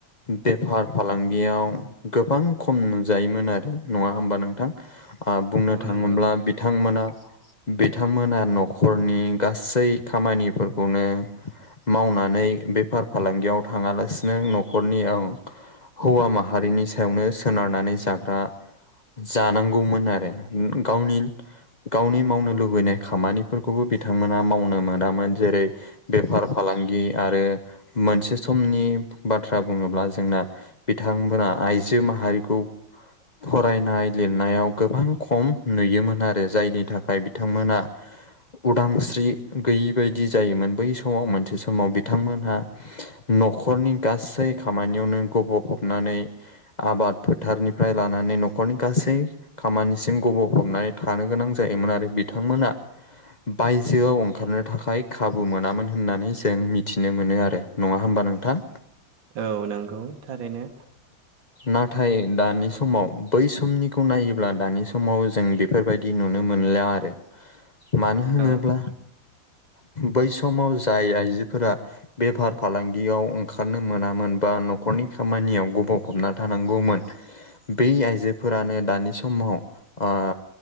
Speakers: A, on the left (about 35°); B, on the right (about 75°).
A: बेफार फालांगियाव गोबां खम नु जायोमोन आरो नङा होमबा नोंथां। आ बुंनो थाङोब्ला
B: नंगौ
A: बिथांमोना बिथांमोना न'खरनि गासै खामानिफोरखौनो मावनानै बेफार फालांगियाव थाङालासिनो नखरनि औ हौवा माहारिनि सायावनो सोनारनानै जाग्रा जानांगौमोन आरो गावनि गावनि मावनो लुबैनाय खामानिफोरखौबो बिथांमोना मावनो मोनामोन जेरै बेफार फालांगि आरो मोनसे समनि बाथ्रा बुङोब्ला जोंना बिथांमोना आइजो माहारिखौ फरायनाय लिरनायाव गोबां खम नुयोमोन आरो जायनि थाखाय बिथांमोना उदांस्रि गैयि बदि जायोमोन बै समाव मोनसे समाव बिथांमोनहा नखरनि गासै खामानियावनो गबफबनानै आबाद फो थारनिफ्राय लानानै नखरनि गासै खामानिसिम गबफबनानै थानो गोनां जायोमोन आरो बिथांमोना बायजोआव ओंखारनो थाखाय खाबु मोनामोन होननानै जों मिथिनो मोनो आरो। नङा होमबा नोंथां?
B: औ नंगौ थारैनो।
A: नाथ ाय दानि समाव बै समनिखौ नायोब्ला दानि समाव जों बेफोरबायदि नुनो मोनला आरो।
B: <inaudible>
A: मानो होनोब्ला
B: औ
A: बै समाव जाय आइजोफोरा बेफार फालांगियाव ओंखारनो मोनामोन बा न'खरनि खामानियाव गब'फबना थानां गौमोन बै आइजोफोरानो दानि समाव ओ